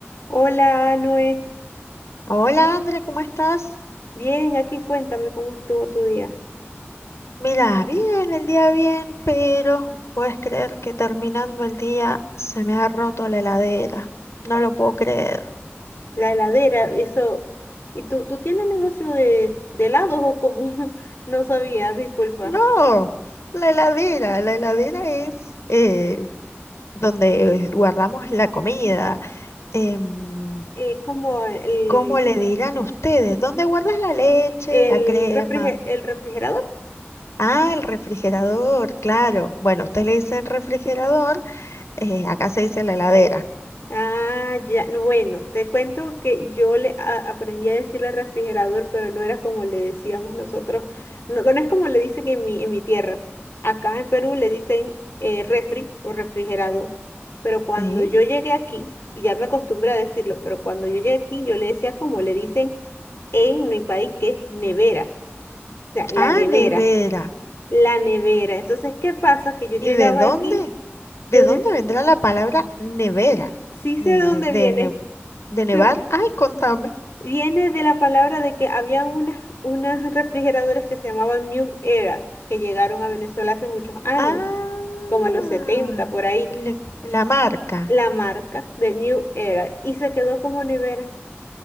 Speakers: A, on the left (about 60°); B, on the left (about 75°).
A: Hola, Noé.
B: Hola André, ¿cómo estás?
A: Bien, aquí cuéntame cómo estuvo tu día.
B: Mira, bien, el día bien, pero puedes creer que terminando el día se me ha roto la heladera. No lo puedo creer.
A: La heladera, eso. ¿Y tú, tú tienes un negocio de, de helados o cómo? <laughs> No sabía, disculpa.
B: No, la heladera, la heladera es eh, donde guardamos la comida. Em,
A: Es como el,
B: ¿cómo le dirán ustedes? ¿Dónde guardas la leche,
A: el,
B: la crema?
A: refrige- el refrigerador
B: Ah, el refrigerador, claro. Bueno, ustedes le dicen refrigerador, eh, acá se dice la heladera,
A: Ah, ya, no, bueno, te cuento que yo le a- aprendí a decirle refrigerador, pero no era como le decíamos nosotros, no, no es como le dicen en mi, en mi tierra. Acá en Perú le dicen eh, refri o refrigerador, pero cuando
B: ¿sí?
A: yo llegué aquí, y ya me acostumbré a decirlo, pero cuando yo llegué aquí yo le decía como le dicen en mi país, que es nevera, o sea, la
B: Ah,
A: nevera,
B: nevera.
A: la nevera. Entonces, ¿qué pasa? Que yo llegaba
B: ¿Y de dónde?
A: aquí, yo
B: ¿De dónde
A: des-
B: vendrá la palabra nevera?
A: sí
B: De,
A: sé de dónde
B: de, de,
A: viene.
B: ne- de nevar.
A: <laughs>
B: Ay, contame.
A: Viene de la palabra de que habían unas, unas refrigeradores que se llamaban New Era, que llegaron a Venezuela hace muchos años,
B: Ah,
A: como a los 70 por ahí,
B: le- la marca.
A: la marca de New Era, y se quedó como nevera.